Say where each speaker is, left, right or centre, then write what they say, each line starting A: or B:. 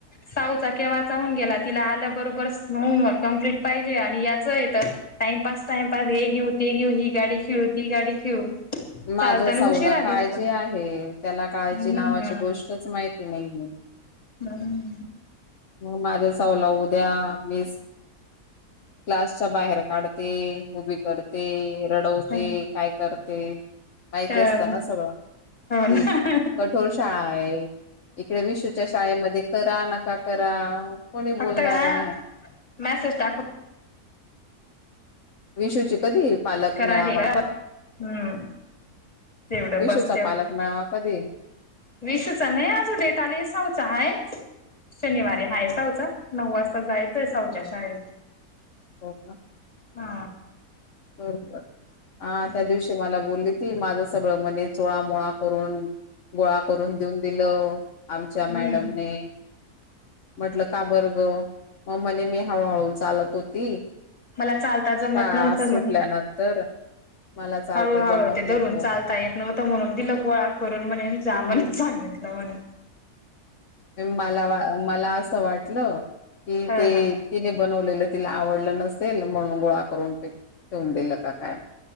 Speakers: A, on the left; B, on the left.
A: साऊचा कें्हाचा होऊन गेला तिला आल्याबरोबर होमवर्क कंप्लीट पाहिजे आणि याच येत टाइमपास टाइमपास हे घेऊ ते घेऊ ही गाडी खेळू ती गाडी खेळू
B: माझ्या
A: चालताना
B: साऊला
A: उशिरा
B: काळजी
A: बसतो
B: आहे, त्याला काळजी
A: हम्म
B: नावाची गोष्टच माहिती नाहीये.
A: मम्
B: माझ्या सवला उद्या मी क्लास चा बाहेर काढते, उभी करते, रडवते,
A: हम्म
B: काय करते. माहिती
A: तर
B: असत ना सगळं
A: हो
B: की
A: ना
B: ोर शाळा आहे इकडे विश्ूच्या शाळेमध्ये करा नका करा कोणी
A: फक्त
B: बोलणार
A: का
B: नाही.
A: मॅसेज टाकव.
B: विशूची कधी पालक
A: करा
B: मिळावा.
A: हे करा हम्म तेवढं
B: विशूचा
A: बस
B: पालक मिळावा कधी
A: विशचा नाही अजं डेट आलीसवचा आहे. शनिवारी हाय सावचा नऊ वाजता जायचं आहे सावच्या शाळेत.
B: हो का.
A: हा.
B: बरोबर हा
A: हम्म
B: त्या दिवशी मला बोलली ती माझं सगळं मणे चोळामळा करून गोळा करून देऊन दिलं आमच्या मॅडमने
A: हम्म
B: म्हटलं का बर्ग मग म्हणे मी हळूहळू चालत होती
A: मला चालता जमत
B: श
A: नव्हतं
B: सुटल्यानंतर मला. चालता
A: हळू हळू
B: जमत
A: ते धरून
B: नव्हतं
A: चालता येत नव्हतं म्हणून दिलं गोळा करून म्हणे जा
B: हम्म
A: म्हण सांगित. कवाण.
B: मला वा मला असं वाटलं की
A: ह
B: ते.
A: ह
B: तिने बनवलेलं तिला आवडलं नसेल म्हणून गोळा करून ठेवून दिलं का काय.